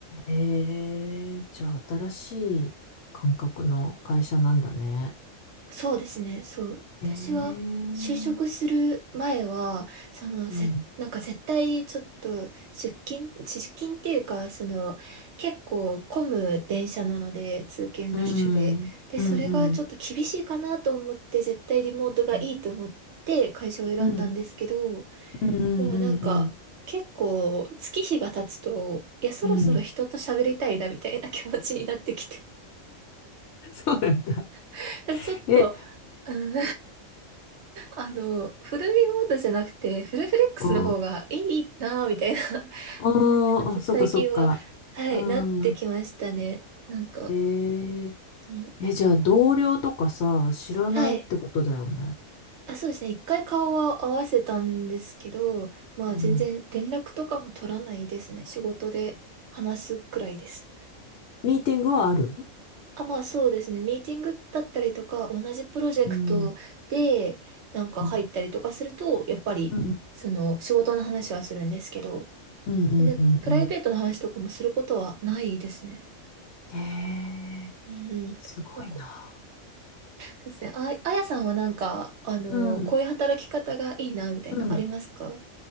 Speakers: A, on the left; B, on the right.
A: へえ、じゃあ、新しい感覚の会社なんだね。
B: そうですね。そう。私は、
A: へえ、うん。
B: 就職する前は、その、
A: うん、
B: せ、なんか絶対ちょっと出勤、出勤っていうか、その、結構混む電車なので、通勤ラッシュで。
A: うん、
B: で、
A: うん、
B: それがちょっと厳しいかなと思って、
A: うん、
B: 絶対リモートがいいと思って会社を選んだんですけど、
A: うん、うん、うん、うん。
B: もうなんか、
A: うんうん
B: 結構月日が経つと、いや、そろそろ人と喋りたいなみたいな気持ちになってきて、
A: うん <laughs> そうなんだ。
B: <laughs> ちょっと、
A: え、
B: うんあの、フルリモートじゃなくて、フルフレックスの方がいいなぁ、
A: お、あ
B: みたいな
A: ーあ、
B: <laughs> 気持ちに最近は、
A: そっかそっか。
B: はい、
A: うん。
B: なってきましたね。なんか、
A: えー、
B: ん
A: え、じゃあ同僚とかさ、知らないってことだよね。
B: はい。あ、そうですね。一回顔は合わせたんですけど、まあ全然連絡とかも取らないですね。
A: うん。
B: 仕事で話すくらいです。
A: ミーティングはある
B: あ、まあそうですね。ミーティングだったりとか、同じプロジェクトでなんか入ったりとかすると、
A: うん。うん。
B: やっぱり、
A: うん。
B: その仕事の話はするんですけど、
A: うん。うん。
B: で、
A: うんうん
B: プライベートの話とかもすることはないですね。
A: へえー、
B: うんうん。
A: すごいな。
B: なんか、そうですね。あ、あやさんはなんか、あの、
A: うん。
B: こういう働き方がいいな、みたいな、
A: うん。
B: ありますか